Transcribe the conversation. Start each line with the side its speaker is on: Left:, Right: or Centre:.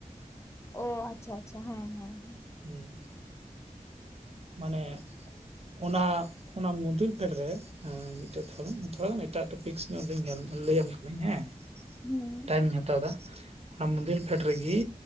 Left: ᱚ ᱟᱪᱪᱷᱟ ᱟᱪᱪᱷᱟ ᱦᱮᱸ ᱦᱮᱸ ᱦᱮ᱾
Right: ᱦᱩᱸ᱾ ᱢᱟᱱᱮ ᱚᱱᱟ ᱚᱱᱟ ᱢᱩᱱᱫᱤᱞ ᱯᱷᱮᱰ ᱨᱮ ᱮᱸ ᱢᱤᱫᱴᱮᱡ ᱛᱷᱚᱲᱟ ᱜᱟᱱ ᱛᱷᱚᱲᱟ ᱜᱟᱱ ᱮᱴᱟᱜ ᱴᱚᱯᱤᱠᱥ ᱧᱚᱜ ᱞᱟᱹᱭᱟᱢ ᱠᱟᱱᱟᱹᱧ ᱦᱮᱸ᱾
Left: ᱦᱩᱸ
Right: ᱴᱟᱭᱤᱢᱤᱧ ᱦᱟᱛᱟᱣ ᱫᱟ, ᱚᱱᱟ ᱢᱚᱱᱫᱤᱞ ᱯᱷᱮᱰ ᱨᱮᱜᱮ